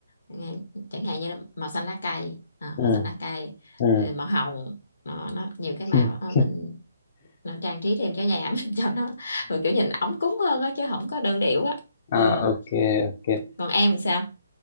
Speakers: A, on the left; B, on the left.
A: Nghe- chẳng hạn như là màu xanh lá cây à,
B: ừ
A: màu xanh lá cây
B: ừ
A: rồi màu hồng nó, nó nhiều cái màu
B: <laughs> <coughs>
A: đó, mình nó trang trí thêm cho nhà ấm <laughs> cho nó rồi kiểu nhìn ấm cúng hơn á chứ không có đơn điệu á
B: Ờ,
A: ừ.
B: ok ok
A: còn em sao